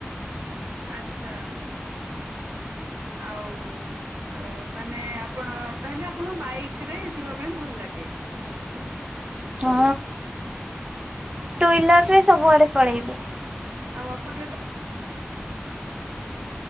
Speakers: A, on the right; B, on the right.
A: ଆଛା ଆଉ ଅ ମାନେ ଆପଣ ତାହେଲେ ଆପଣ ବାଇକ ରେ ଯିବା ପାଇଁ ଭଲ ଲାଗେ।
B: ହଁ ଟୁ ହିଲରରେ ସବୁଆଡେ ପଳେଇବେ।
A: ଆଉ ଆପଣ ଯ